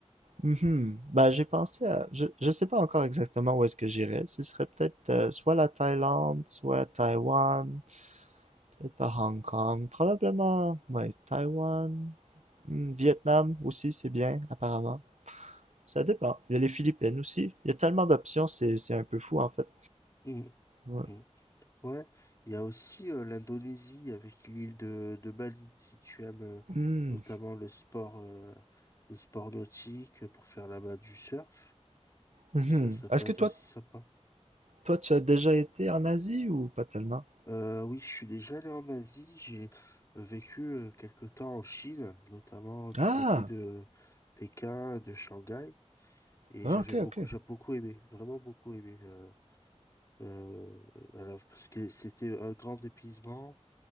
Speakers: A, on the right (about 80°); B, on the left (about 30°).
A: Mhm. Ben, j'ai pensé à... Je, je sais pas encore exactement où est-ce que j'irais. Ce serait peut-être euh, soit la Thaïlande, soit Taïwan, Peut-être pas Hong Kong. Probablement, ouais, Taïwan. Hmm, Vietnam aussi, c'est bien, apparemment. Ça dépend. Il y a les Philippines aussi. Il y a tellement d'options, c'est c'est un peu fou, en fait.
B: Mhm.
A: Ouais.
B: Mhm. Ouais. Il y a aussi euh, l'Indonésie avec l'île de, de Bali, si tu aimes euh,
A: Hmm.
B: notamment le sport, euh, les sports nautiques euh, pour faire là-bas du surf.
A: Mhm.
B: Ça, ça peut
A: Est-ce
B: être
A: que toi,
B: aussi sympa.
A: toi, tu as déjà été en Asie ou pas tellement?
B: Euh, oui, je suis déjà allé en Asie. J'ai vécu euh, quelque temps en Chine, notamment du
A: Ah!
B: côté de Pékin, de Shanghai. Et
A: Ah,
B: j'avais
A: Ok, ok.
B: beaucoup, j'ai beaucoup aimé, vraiment beaucoup aimé. euh, euh, alors, parce que c'était un grand dépaysement,